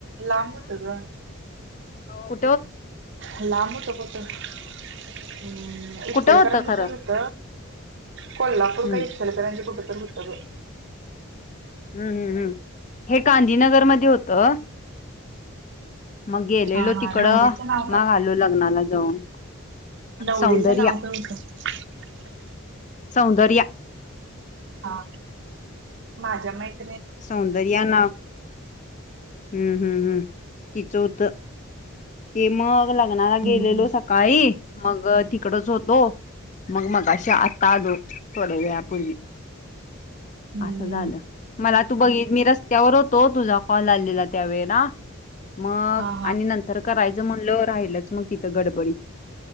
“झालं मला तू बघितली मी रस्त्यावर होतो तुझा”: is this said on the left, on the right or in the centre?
Left